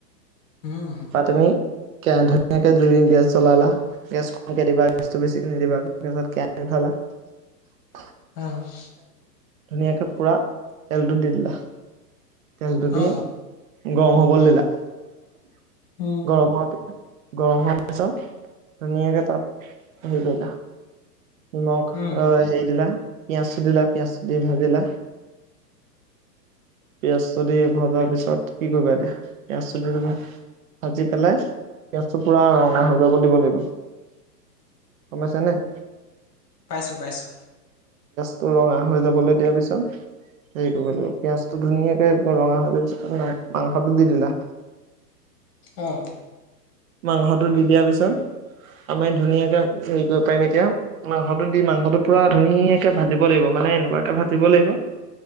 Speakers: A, on the left; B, on the right.
A: উম
B: তা তুমি কেনধৰ নে এটা জুই গেছ জলালা গেছ কমকে গেছতটো বেছি <unintelligible>
A: অ',
B: ধুনীয়াকে পুৰা তেলটো দি দিলা। তেলটো দি
A: অ
B: গৰম হ'বলৈ দিলা
A: উম
B: গৰম হোৱাৰ পি গৰম হোৱাৰ পিছত ধুনীয়াকে তাত হেৰি কৰিবা। নিমখ
A: উম
B: আহ হেৰি দিলা পিয়াজটো দিলা পিয়াজ দি ভাজিলা। পিয়াজ দি ভজাৰ পিছত কি কৰিবা এতিয়া পিয়াজ দি। ভাজি পেলাই পিয়াজটো পুৰা ৰঙা হৈ যাব দিব লাগিব। সমাইছেনে।
A: পাইছোঁ পাইছোঁ।
B: তোৰ ৰঙা হৈ যাবলৈ দিয়া পিছত। সে লাগিব পিয়াজটো ধুনীয়াকে ৰঙা হৈ যোৱা পিছত মাংসটো দি দিলা।
A: অহ।
B: মাংসটো দি দিয়াৰ পিছত। আমি ধুনীয়াকে হেৰি কৰিব পাৰিম এতিয়া মাংসটো দি মাংসটো পুৰা ধুনীয়াকে ভাজিব লাগিব মানে। মানে এনেকুৱাকে ভাজিব লাগিব।